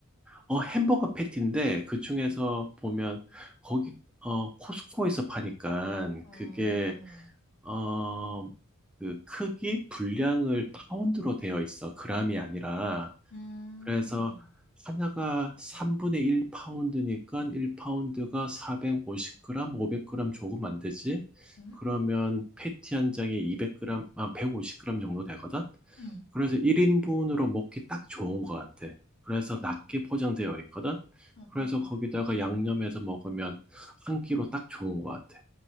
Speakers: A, in the centre; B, on the left.
A: 어, 햄버거 패티인데, 그 중에서
B: 어.
A: 보면, 거기, 어, 코스코에서 파니까,
B: 어,
A: 그게, 어, 그 크기, 분량을 파운드로 되어 있어. 그람이 아니라.
B: 음,
A: 그래서 하나가 3분의 1 파운드니까 1 파운드가 450g, 500g 조금 안 되지?
B: 응?
A: 그러면 패티 한 장에 200g, 아, 150g 정도 되거든?
B: 응,
A: 그래서 1인분으로 먹기 딱 좋은 것 같아. 그래서
B: 아,
A: 낮게 포장되어 있거든?
B: 어
A: 그래서 거기다가 양념해서 먹으면 한 끼로 딱 좋은 것 같아.